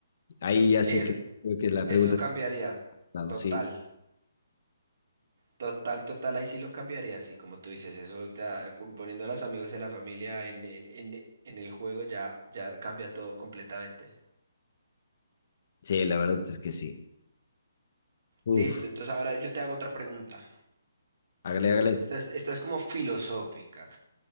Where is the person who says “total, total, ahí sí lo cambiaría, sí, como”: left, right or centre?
Right